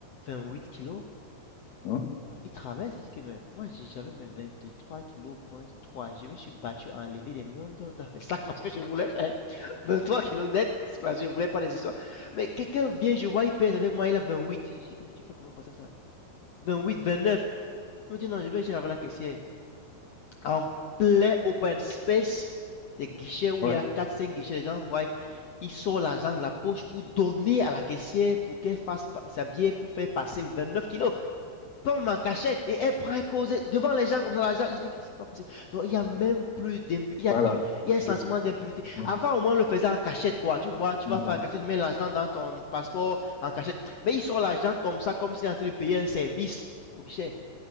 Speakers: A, on the left; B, on the left.
A: huit kilos.
B: Hein?
A: Il travaille, c'est-à-dire que mais moi j'ai- j'avais mes vingt-trois kilos point trois. Je me suis battu à enlever les millions d'or dans les sacs parce que je voulais faire trois kilos net c'est parce que je voulais pas des histoires. Mais quelqu'un vient, je vois, il pèse avec moi, il a 28. Je dis que mais tu fais comment passer ça? Vingt-huit, vingt-neuf. Il me dit non, je vais chez la caissière. En plein open space, des guichets où
B: Ouais,
A: il y a quatre cinq guichets, les gens voient, ils sortent l'argent de la poche pour donner à la caissière pour qu'elle fasse sa bière pour faire passer 29 kilos pomme en cachette et elle prend et cause devant les gens comme ça. Gens, je dis que c'est pas possible. Donc il y a même plus d'impunité. Il, y a-
B: voilà.
A: il- y a un sentiment
B: C'est ça.
A: d'impunité.
B: Mm,
A: Avant au moins on le faisait en cachette quoi. Tu vois, tu
B: mm,
A: vas
B: mm.
A: faire en cachette, mets l'argent dans ton passeport en cachette. Mais ils sortent l'argent comme ça, comme s'il est en train de payer un service au guichet.